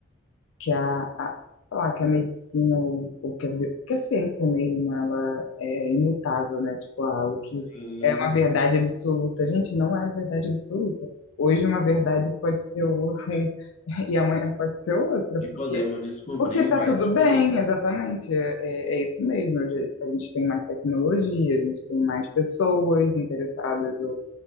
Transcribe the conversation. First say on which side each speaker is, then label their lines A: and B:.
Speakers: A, on the left; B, on the left.
A: que a, a sei lá, que a medicina ou, ou que, a, bi- que a ciência mesmo, ela é imutável, né? Tipo, ah, o que
B: Sim.
A: é uma verdade absoluta. Gente, não é verdade absoluta. Hoje uma verdade pode ser o- <laughs> e amanhã pode ser outra,
B: E
A: porque
B: podemos descobrir
A: Porque tá
B: mais
A: tudo
B: coisas.
A: bem, exatamente. É, é é isso mesmo. Hoje a gente tem mais tecnologia, a gente tem mais pessoas interessadas, ou